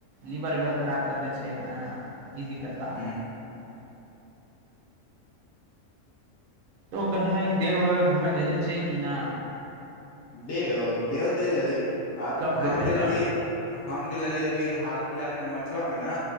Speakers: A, on the right; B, on the left.
A: लिवर उवर खराब कर दै छै नए की दिक्कत बा
B: ह
A: तो कहीं वहीं देव वेव घूमय गेले छै कि ना
B: देव देव जली आ
A: कब
B: हम
A: गेले
B: देललिऐ
A: ल
B: हम देललिऐ अभी हाल फिलहालमे मचुआ ने